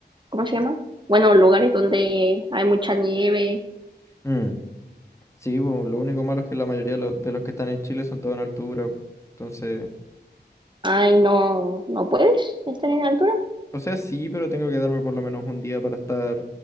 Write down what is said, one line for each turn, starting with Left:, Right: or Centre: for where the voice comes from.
Right: ¿cómo se llama? Bueno, lugares donde hay mucha nieve.
Left: Mm, Sí, pues, lo único malo es que la mayoría de lo- de los que están en Chile son todos en altura. Entonces,
Right: Ay, no, no puedes estar en altura.
Left: o sea, sí, pero tengo que darme por lo menos un día para estar,